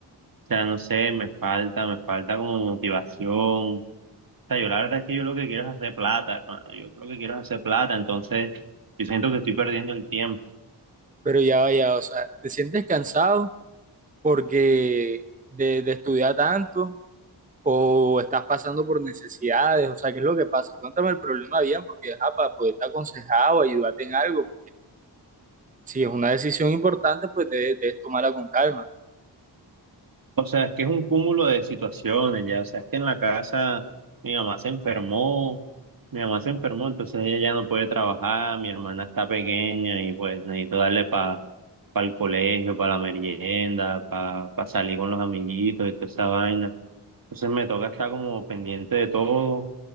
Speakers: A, on the right; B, on the right.
A: sea, no sé, me falta, me falta como motivación. O sea, yo la verdad es que yo lo que quiero es hacer plata, hermano. Yo lo que quiero es hacer plata, entonces yo siento que estoy perdiendo el tiempo.
B: Pero ya vaya, o sea, ¿te sientes cansado porque de, de estudiar tanto o estás pasando por necesidades? O sea, ¿qué es lo que pasa? Cuéntame el problema bien porque, ajá, para poderte aconsejar o ayudarte en algo. Si es una decisión importante, pues debes, debes tomarla con calma.
A: O sea, es que es un cúmulo de situaciones, ya. O sea, es que en la casa mi mamá se enfermó, mi mamá se enfermó, entonces ella ya no puede trabajar, mi hermana está pequeña y pues necesito darle para el colegio, para la merienda, para salir con los amiguitos y toda esa vaina. Entonces me toca estar como pendiente de todo